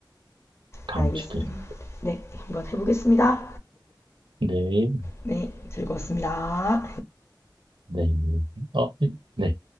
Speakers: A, on the right; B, on the left.
A: 강추드립니다.
B: 알겠습니다. 네, 한번 해보겠습니다.
A: 네.
B: 네, 즐거웠습니다.
A: 네. 어, 네.